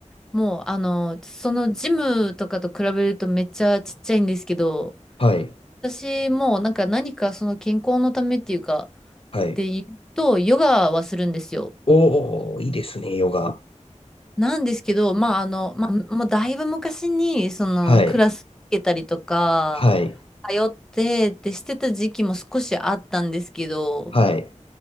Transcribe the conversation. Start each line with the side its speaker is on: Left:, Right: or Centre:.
Centre: もう、あの、そのジムとかと比べるとめっちゃちっちゃいんですけど、
Left: はい。
Centre: 私もなんか何かその健康のためっていうか、
Left: はい。
Centre: って言うと、ヨガはするんですよ。
Left: おー、いいですね、ヨガ。
Centre: なんですけど、まあ、あの、まあ、もうだいぶ昔に、その、
Left: はい。
Centre: クラス受けたりとか、
Left: はい。
Centre: 通ってってしてた時期も少しあったんですけど、
Left: はい。